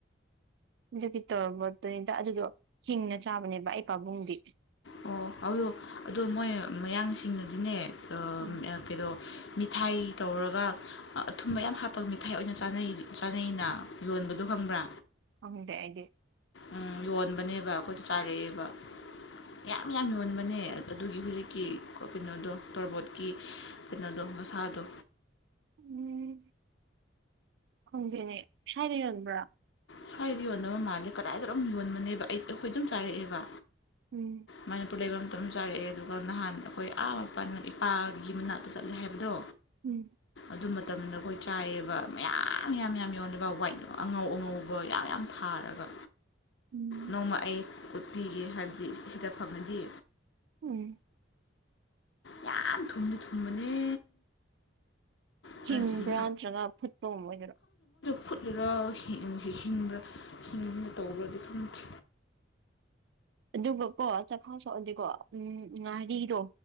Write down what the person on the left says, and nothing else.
ꯑꯣ ꯑꯗꯨꯗꯣ ꯑꯗꯣ ꯃꯣꯏ ꯃꯌꯥꯡꯁꯤꯡꯅꯗꯤꯅꯦ
ꯀꯩꯅꯣ ꯃꯤꯊꯥꯏ ꯇꯧꯔꯒ ꯑꯊꯨꯝꯕ ꯌꯥꯝ ꯍꯥꯞꯄꯒ ꯃꯤꯊꯥꯏ ꯑꯣꯏꯅꯩ ꯆꯥꯅꯩꯅ ꯌꯣꯟꯕꯗꯣ ꯈꯪꯕ꯭ꯔꯥ
ꯎꯝ ꯌꯣꯟꯕꯅꯦꯕ ꯑꯩꯈꯣꯏꯗ ꯆꯥꯔꯛꯑꯦꯕ ꯌꯥꯝ ꯌꯥꯝ ꯌꯣꯟꯕꯅꯦ ꯑꯗꯨꯒꯤ ꯍꯧꯖꯤꯛꯀꯤ ꯀꯩꯅꯣꯗꯣ ꯇꯣꯔꯕꯣꯠꯀꯤ ꯀꯩꯅꯣꯗꯣ ꯃꯁꯥꯗꯣ
ꯁ꯭ꯋꯥꯏꯗꯤ ꯌꯣꯟꯕ ꯃꯥꯜꯂꯦ ꯀꯗꯥꯏꯗꯔꯣꯝ ꯌꯣꯟꯕꯅꯦꯕ ꯑꯩ ꯑꯩꯈꯣꯏ ꯑꯗꯨꯝ ꯆꯥꯔꯛꯑꯦꯕ
ꯃꯅꯤꯄꯨꯔ ꯂꯩꯕ ꯃꯇꯝ ꯆꯥꯔꯛꯑꯦ ꯑꯗꯨꯒ ꯅꯍꯥꯟ ꯑꯩꯈꯣꯏ ꯑꯥ ꯑꯄꯥ ꯏꯄꯥꯒꯤ ꯃꯅꯥꯛꯇ ꯆꯠꯂꯦ ꯍꯥꯏꯕꯗꯣ
ꯑꯗꯨ ꯃꯇꯝꯗ ꯑꯩꯈꯣꯏ ꯆꯥꯏꯑꯕ ꯃꯌꯥꯝ ꯌꯥꯝ ꯌꯥꯝꯌꯥꯝ ꯌꯧꯅꯕ ꯋꯥꯏꯠ ꯑꯉꯧ ꯑꯉꯧꯕ ꯕꯣ ꯌꯥꯝ ꯌꯥꯝ ꯊꯥꯔꯒ
ꯅꯣꯡꯃ ꯑꯩ ꯎꯠꯄꯤꯒꯦ ꯍꯥꯏꯕꯗꯤ ꯑꯁꯤꯗ ꯐꯪꯅꯗꯤ
ꯌꯥꯝ ꯊꯨꯝꯗꯤ ꯊꯨꯝꯕꯅꯦ ꯃꯣꯏꯅ
ꯆꯤꯅꯤ
ꯐꯨꯠꯂꯨꯔꯥ ꯍꯤꯡꯕ꯭ꯔꯥ ꯍꯤꯡꯅ ꯇꯧꯕ꯭ꯔꯗꯤ ꯈꯪꯗ꯭ꯦ